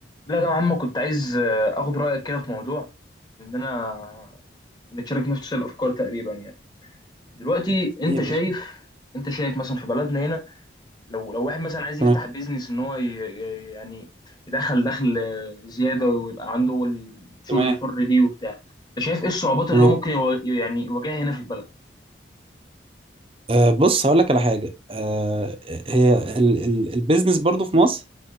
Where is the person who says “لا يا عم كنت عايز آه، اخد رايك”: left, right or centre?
Left